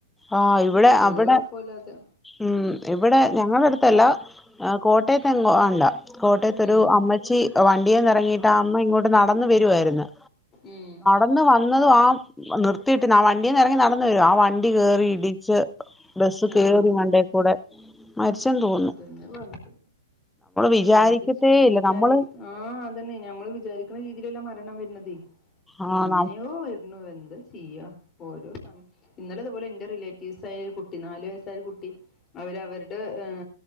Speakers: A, in the centre; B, on the left.
A: ആഹ് ഇവിടെ
B: ഒരു
A: അവിടെ
B: കുഴപ്പല്ലാതെ
A: ഉം ഇവിടെ ഞങ്ങളെട്ത്തല്ല കോട്ടയത്തെങ്ങോ ആണ്ട കോട്ടയത്തൊരു
B: ഉം
A: അമ്മച്ചി വണ്ടിയന്ന ഇറങ്ങിയിട്ട് ആ അമ്മ ഇങ്ങോട്ട് നടന്ന് വരുവായിരുന്നു.
B: ഉം.
A: അന്ന് വന്നതും ആ നിർത്തിട്ടീന ആ വണ്ടീന്നെറങ്ങി നടന്ന് വരുവാ ആ വണ്ടി കേറി ഇടിച്ച് ബസ്
B: ആ
A: കേറി മണ്ടേ കൂടെ മരിച്ചെന്ന് തോ
B: അതെന്നെ പർഞ്ഞത്
A: വിചാരിക്കത്തേ
B: എന്ത് ചെയ്യും
A: ഇല്ല
B: വിചാരി
A: നമ്മള്
B: ആഹ് അതന്നെ ഞമ്മള് വിചാരിക്കണ രീതീലല്ല മരണം വര്ന്നത്
A: ആഹ്
B: എങ്ങനെയോ
A: ന
B: എന്താ ചെയ്യ ഓരോ സമ ഇന്നലെത്പോലെ എന്റെ റിലേറ്റീവ്സായൊരു കുട്ടി നാല് വയസ്സായൊരു കുട്ടി അവര് അവര്ടെ ഏ